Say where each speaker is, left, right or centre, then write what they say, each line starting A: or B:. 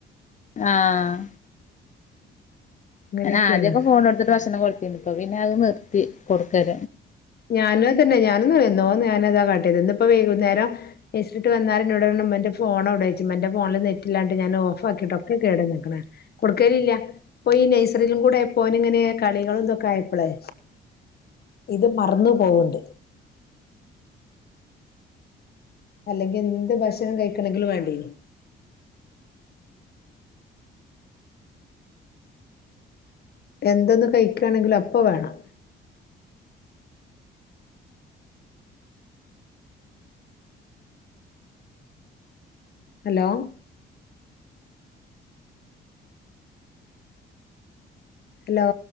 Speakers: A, on the left; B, on the left.
A: ആഹ്
B: അങ്ങനെയൊക്കെയാണ്
A: ഞാൻ ആദ്യയെക്കെ ഫോൺ എടുത്തിട്ട് ഭക്ഷണം കൊളത്തിന്ന് ഇപ്പൊ പിന്നെ അത് നിർത്തി കൊടുക്കര
B: ഞാനു അത് തന്നെ ഞാനെയെന്നോ ഞാനതാ കാട്ടിയത് ഇന്നിപ്പെ വൈകുന്നേരം എസിട്ട് വന്നാല് എന്നോട് എന്റെ ഫോൺ അവിടെ വച്ചും എന്റെ ഫോണിലെ നെറ്റില്ലാണ്ട് ഞാൻ ഓഫ് ആക്കിയിട്ട് ഒക്കെ കേട് തീർക്കണെ കൊടുക്കലില്ല ഇപ്പൊ ഈ നൈസറിയിലും കൂടെ ആയപ്പോ ഓൻ ഇങ്ങനെ കളികളും എന്തൊക്കെ ആയപ്പളെ ഇത് മറന്നു പോവ്ണ്ട് അല്ലെങ്കി എന്ത് ഭക്ഷണം കഴിക്കണമെങ്കിലും വേണ്ടെ എന്തെന്ന് കഴിക്കുകയാണെങ്കും അപ്പെ വേണം ഹലോ ഹലോ